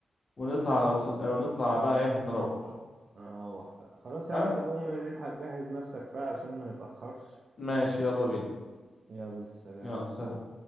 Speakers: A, on the left; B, on the right.
A: ونطلع على رسول ونطلع بقى ايه نروح
B: نروح بقى خلاص يا
A: ها؟
B: عم طب قوم الحق جهز نفسك بقى عشان ما نتأخرش
A: ماشي يلا بينا
B: يلا سلام
A: يلا سلام